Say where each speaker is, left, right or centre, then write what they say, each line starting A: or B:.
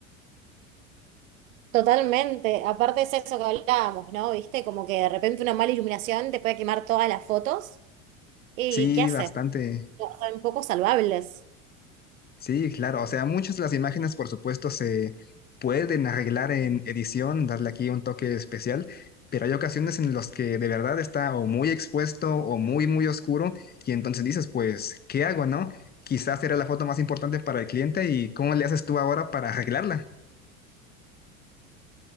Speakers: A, on the right; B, on the left.
A: Totalmente, aparte es eso que hablábamos, ¿no? ¿Viste? Como que de repente una mala iluminación te puede quemar todas las fotos y
B: Sí,
A: ¿qué hace?
B: bastante.
A: No, Son poco salvables.
B: Sí, claro, o sea, muchas de las imágenes, por supuesto, se pueden arreglar en edición, darle aquí un toque especial, pero hay ocasiones en las que de verdad está o muy expuesto o muy, muy oscuro, y entonces dices, pues, ¿qué hago, no? Quizás era la foto más importante para el cliente y ¿cómo le haces tú ahora para arreglarla?